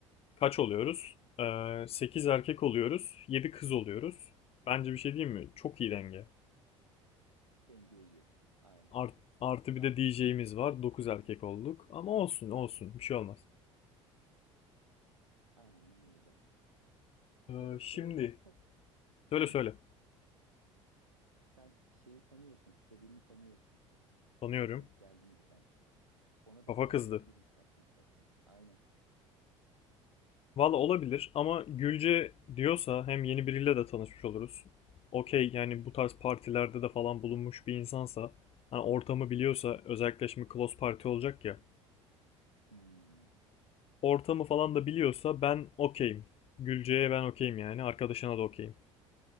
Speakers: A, on the left; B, on the right.
A: kaç oluyoruz? Ee, 8 erkek oluyoruz. yedi kız oluyoruz. Bence bir şey diyeyim mi? Çok iyi denge.
B: denge iyi. Aynen.
A: Art- artı
B: Zaten
A: bir de DJ'miz var. 9 erkek olduk. Ama olsun olsun. Bir şey olmaz.
B: aynen öyle.
A: Ee,
B: Ya da şey
A: şimdi.
B: olmazsa
A: Söyle
B: hı,
A: söyle.
B: sen şeyi tanıyorsun, Sevim'i tanıyorsun.
A: Tanıyorum.
B: Bir kere denk geldiniz belki. Ona
A: Kafa
B: da haber
A: kızdı.
B: verebiliriz belki istersen. Aynen.
A: Valla olabilir ama Gülce diyorsa hem yeni biriyle de tanışmış oluruz. Okey yani bu tarz partilerde de falan bulunmuş bir insansa hani ortamı biliyorsa
B: Hı hı.
A: özellikle şimdi close party olacak ya.
B: Hı.
A: ortamı falan da biliyorsa ben okeyim. Gülce'ye ben okeyim yani. Arkadaşına da okeyim.